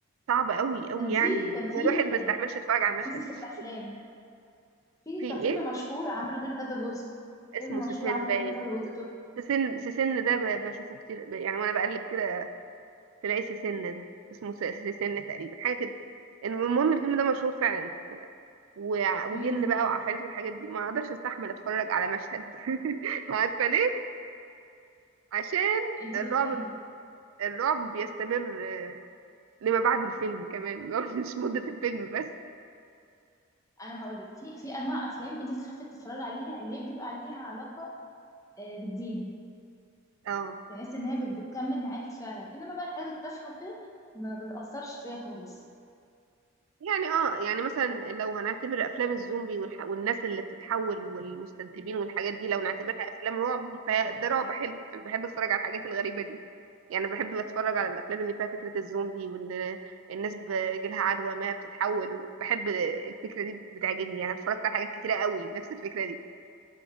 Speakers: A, on the right; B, on the left.
A: صعبة قوي قوي
B: كان في
A: يعني أنا
B: كان في
A: الواحد ما
B: كان
A: يستحملش يتفرج على المشهد
B: في سلسله
A: <laughs>
B: افلام في
A: في
B: كان
A: ايه
B: فيلم مشهور عملوا منه كذا جزء
A: اسمه
B: فيلم
A: سيسين
B: مشهور عملوا
A: باين
B: منه كذا جزء تركي
A: سيسين سيسين ده ب... بشوفه كتير ب... يعني وانا بقلب كده تلاقي سيسن ده اسمه س- سيسن تقريبا حاجه كده المهم الفيلم ده مشهور فعلا وع- وجن
B: امم
A: بقى وعفاريت والحاجات دي ما اقدرش استحمل اتفرج على مشهد <laughs> عارفه ليه عشان
B: انت
A: الرعب
B: بتحبي
A: الرعب بيستمر آه، لما بعد الفيلم كمان <laughs> مش مده الفيلم بس
B: انا هقول لك في في انواع افلام انت تخافي تتفرجي عليها اللي هي بيبقى عليها علاقه آه، بالدين
A: اه
B: تحس ان هي بت- بتكمل معاكي فعلا انما بقى الحاجات التافهه وكده ما بتاثرش فيها خالص
A: يعني اه يعني مثلا لو هنعتبر افلام الزومبي والح... والناس اللي بتتحول والمستذئبين والحاجات دي لو نعتبرها افلام رعب فده رعب حلو انا بحب اتفرج على الحاجات الغريبه دي يعني بحب اتفرج على الافلام اللي فيها فكره الزومبي وان الناس بيجيلها عدوى ما بتتحول بحب الفكره دي بتعجبني يعني اتفرجت على حاجات كتيره قوي نفس الفكره دي